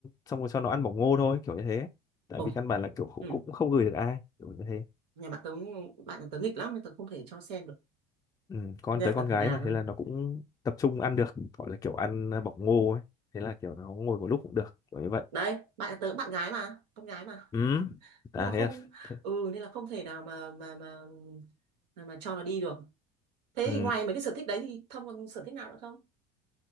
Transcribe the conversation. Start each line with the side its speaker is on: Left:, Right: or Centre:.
Left: xong rồi cho nó ăn bỏng ngô thôi kiểu như thế tại
Right: ôi
Left: vì căn bản là kiểu cũng
Right: ừ.
Left: cũng không gửi được ai kiểu như thế
Right: nhà bạn tớ bạn nhà tớ nghịch lắm nên tớ không thể cho xem được
Left: ừ, con
Right: nhà
Left: tới con
Right: tớ ở
Left: gái
Right: nhà
Left: mà
Right: thôi
Left: thế là nó cũng tập trung ăn được gọi là kiểu ăn bỏng ngô ấy thế là kiểu nó ngồi một lúc cũng được kiểu như vậy
Right: đấy bạn nhà tớ bạn gái mà con gái mà
Left: ừ à
Right: nhưng mà
Left: thế,
Right: không
Left: à, thế.
Right: ừ nên là không thể nào mà mà mà mà, mà cho nó đi được thế
Left: Ừ.
Right: thì ngoài mấy cái sở thích đấy thì thông còn sở thích nào nữa không